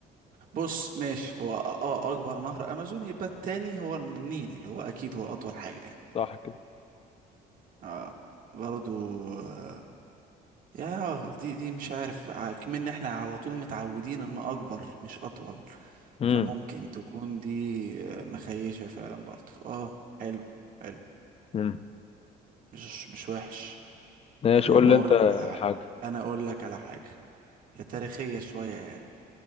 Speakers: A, on the right; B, on the left.
A: بص ماشي هو أ- اه اكبر نهر امازون يبقى التاني هو النيل هو اكيد هو اطول حاجة يعني
B: صح كده
A: اه برضو آه. يا دي دي مش عارف ع- كمان احنا على طول متعودين ان اكبر مش اطول
B: امم
A: فممكن تكون دي آه، مخيشة فعلا برضو اه حلو حلو
B: امم
A: مش مش وحش
B: ماشي
A: طب يا
B: قول
A: عم
B: لي
A: اقول
B: انت
A: لك على
B: حاجه
A: حاجة انا اقول لك على حاجة هي تاريخية شوية يعني